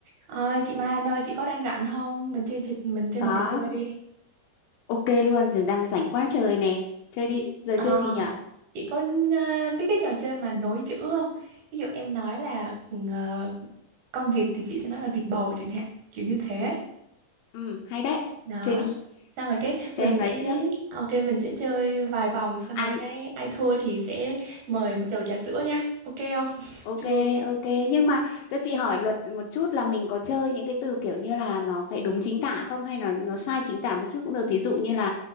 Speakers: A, on the right; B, on the left.
A: Ơi chị Mai Anh ơi chị có đang rảnh không? Mình chơi trò- mình chơi
B: Đó,
A: một trò chơi đi.
B: ok luôn, giờ đang rảnh quá trời nè. Chơi đi,
A: Chị
B: giờ
A: ờ,
B: chơi gì nhở?
A: chị có ờ, biết cái trò chơi mà nối chữ không? Ví dụ em nói là ờ, con vịt thì chị sẽ nói là vịt bầu chẳng hạn, kiểu như thế. ấy.
B: Ừ, hay đấy.
A: Đó.
B: Chơi đi,
A: Xong rồi cái
B: cho
A: mình
B: em nói
A: sẽ
B: trước.
A: ok mình sẽ chơi vài vòng xong
B: À,
A: rồi cái ai thua thì sẽ mời một chầu trà sữa nha. Ok không? <laughs>
B: ok,
A: Chưa.
B: ok. Nhưng mà cho chị hỏi luật một chút là mình có chơi những cái từ kiểu như là nó phải đúng chính tả không hay là nó sai chính tả một chút cũng được. Thí dụ như là